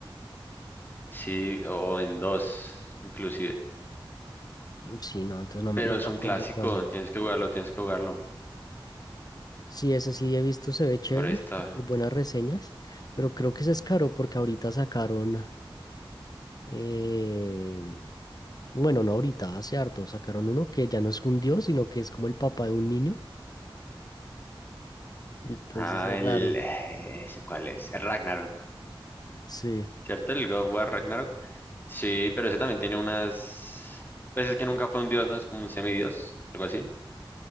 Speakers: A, on the left; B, on the left.
A: sí, o en dos, inclusive.
B: Mm, Sí, no, entonces no, me-
A: Pero
B: no
A: es
B: me
A: un
B: acuerdo
A: clásico,
B: cuál.
A: tienes que jugarlo, tienes que jugarlo.
B: Sí, ese sí he visto, se ve chévere
A: Por esta.
B: y buenas reseñas, pero creo que se es caro porque ahorita sacaron... em, Bueno, no ahorita, hace harto sacaron uno que ya no es un dios, sino que es como el papá de un niño. Entonces
A: Ah,
B: es
A: el.
B: raro.
A: eh, ¿Ese cuál es? El Ragnarok.
B: Sí,
A: ¿Cierto? El God of War Ragnarok. Sí, pero ese también tiene unas... Pues es que nunca fue un dios, ¿no? Es como un semidios, algo así.